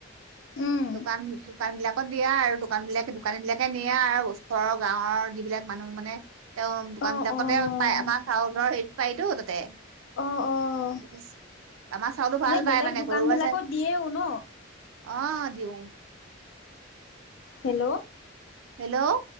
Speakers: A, on the left; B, on the right.
A: উম,
B: দোকান। দোকান বিলাকত দিয়া আৰু দোকান বিলাক দোকানী বিলাকে নিয়া আৰু ওচৰৰ গাঁৱৰ যিবিলাক মানুহ মানে। তেওঁ দোকান
A: অ',
B: বিলাকতে
A: অ',
B: পাই আমাৰ গাঁওৰ হেৰিত পায়তো তাতে।
A: অ', অ'।
B: হচ <unintelligible> আমাৰ চাউলো ভাল পায়
A: বেলেগ
B: মানে
A: দোকানবিলাকত
B: ঘৰু আছে
A: দিয়েও ন
B: অ দিওঁ।
A: হেল্ল'।
B: হেল্ল'।